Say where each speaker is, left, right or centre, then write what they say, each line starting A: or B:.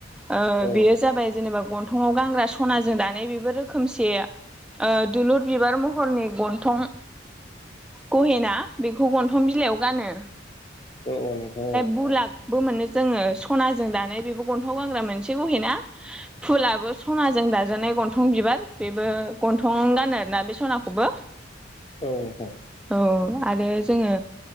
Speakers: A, in the centre; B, on the left.
A: ओ
B: औ
A: बेयो जाबाय जेनेबा गन्थंआव गानग्रा सनाजों दानाय बेबो रोखोमसे ओ दुलुर बिबार महरनि गन्थं गहेना बेखौ गन्थं बिलाइयाव गानो
B: औ नोंथां
A: बु लाखबो मोनो जोङो सनाजों दानाय बेबो गन्थाव गानग्रा मोनसे गहैना फुलाबो सनाजों दाजानाय गन्थं बिबार बेबो गन्थं गानो आरोना बे सनाखौबो
B: औ नोंथां
A: औ आरो जोङो